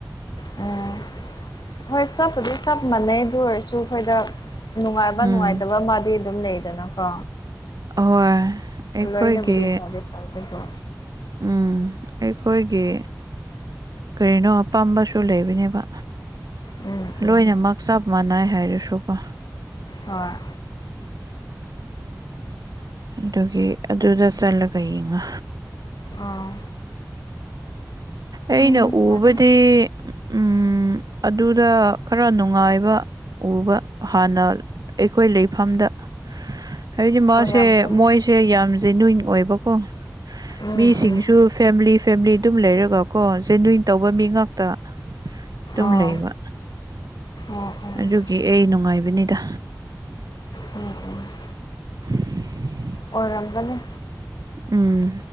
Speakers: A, on the left; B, on the right.
A: ꯎꯝ ꯍꯣꯏ ꯆꯞꯄꯨꯗꯤ ꯆꯞ ꯃꯥꯟꯅꯩ ꯑꯗꯨ ꯑꯣꯏꯔꯁꯨ ꯑꯩꯈꯣꯏꯗ ꯅꯨꯡꯉꯥꯏꯕ ꯅꯨꯡꯉꯥꯏꯇꯕ
B: ꯎꯝ
A: ꯑꯃꯗꯤꯗꯤ ꯑꯗꯨꯝ ꯂꯩꯗꯅꯀꯣ
B: ꯑꯍꯣꯏ ꯑꯩꯈꯣꯏꯒꯤ
A: ꯂꯣꯏꯅꯦꯕꯨꯗꯤ ꯐꯗ ꯐꯥꯗꯤ ꯄ
B: ꯎꯝ ꯑꯩꯈꯣꯏꯒꯤ ꯀꯔꯤꯅꯣ ꯑꯄꯥꯝꯕꯁꯨ ꯂꯩꯕꯅꯦꯕ
A: ꯎꯝ ꯎꯝ
B: ꯂꯣꯏꯅꯃꯛ ꯆꯞ ꯃꯥꯟꯅꯩ ꯍꯥꯏꯔꯁꯨꯀꯣ
A: ꯑꯣꯏ
B: ꯑꯗꯨꯒꯤ ꯑꯗꯨꯗ ꯆꯠꯂꯒ ꯌꯦꯡꯉꯥ
A: ꯑꯥ
B: ꯑꯩꯅ
A: ꯌꯦꯡꯕ
B: ꯎꯕꯗꯤ
A: ꯇꯥꯔꯦ
B: ꯎꯝ ꯑꯗꯨꯗ ꯈꯔ ꯅꯨꯡꯉꯥꯏꯕ ꯎꯕ ꯍꯥꯟꯅ ꯑꯩꯈꯣꯏ ꯂꯩꯐꯝꯗ ꯍꯥꯏꯗꯤ ꯃ‌ꯣꯏꯁꯦ
A: ꯑꯣꯏꯔꯝꯒꯅꯤ
B: ꯃꯣꯏꯁꯦ ꯌꯥꯝ ꯒ‌ꯦꯅꯨꯏ꯭ꯟ ꯑꯣꯏꯕꯀꯣ
A: ꯎꯝ
B: ꯃꯤꯁꯤꯡꯁꯨ
A: ꯎꯝ
B: ꯐꯦꯃꯤꯂꯤ ꯐꯦꯃꯤꯂꯤ ꯑꯗꯨꯝ ꯂꯩꯔꯒ ꯀꯣ ꯆꯦꯟꯗꯟ ꯇꯧꯕ ꯃꯤ ꯉꯥꯛꯇ ꯑꯗꯨꯝ
A: ꯑꯣ
B: ꯂꯩꯕ
A: ꯑꯣ ꯑꯣ
B: ꯑꯗꯨꯒꯤ ꯑꯩ ꯅꯨꯡꯉꯥꯏꯕꯅꯤꯗ
A: ꯎꯝ ꯎꯝ
B: <unintelligible>
A: ꯑꯣꯏꯔꯝꯒꯅꯤ
B: ꯎꯝ